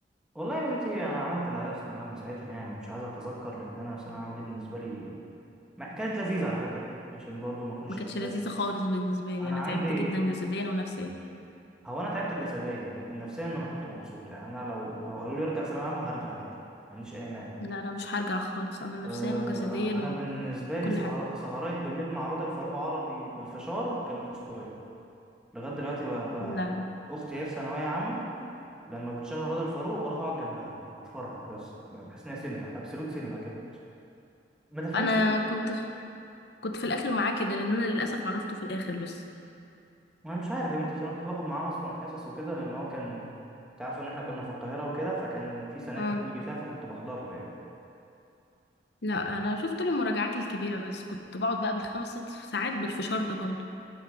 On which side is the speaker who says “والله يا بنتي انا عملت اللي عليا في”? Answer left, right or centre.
Centre